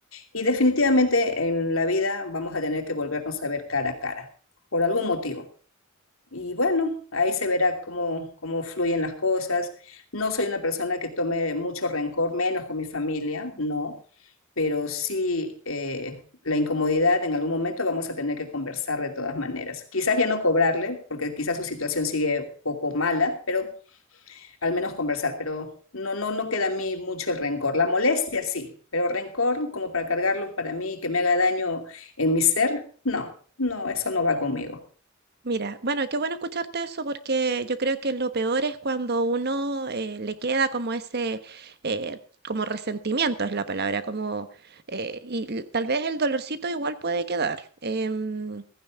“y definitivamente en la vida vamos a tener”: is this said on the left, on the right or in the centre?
Left